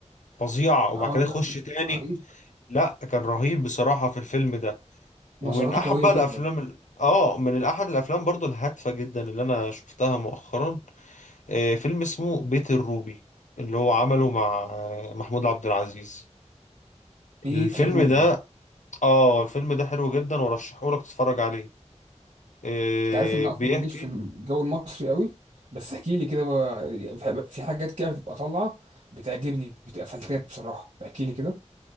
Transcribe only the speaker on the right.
اه
لا
رهيب
نظراته
قويه
جدا
بيت
الروبي
انت عارف ان أنا
اصلا ماليش في الجو المصري قوي بس احكي لي كده بقى- في حاجات كده بتبقى طالعه بتعجبني بتبقى فلتات بصراحه احكي لي كده